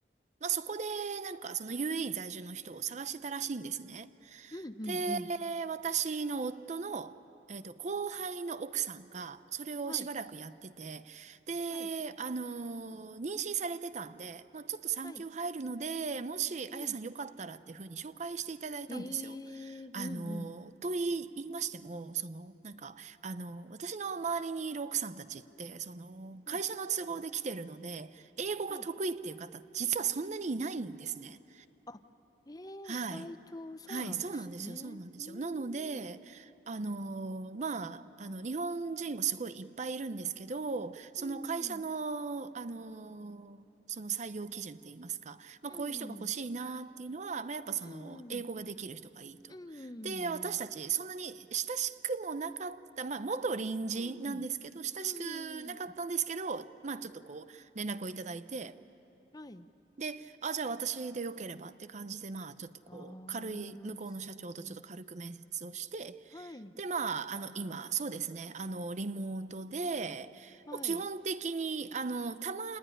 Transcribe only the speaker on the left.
うん、うん、
うん。
はい。
はい。
はい。
うん。
えー、
うん、うん。
はい。
はい。
あ、えー、
意外とそうなんですね。
うー
ん。
うん。
うん。
うん。
うん。
うん。
うん。
はい。
あ
ー、すごい。はい。
はい。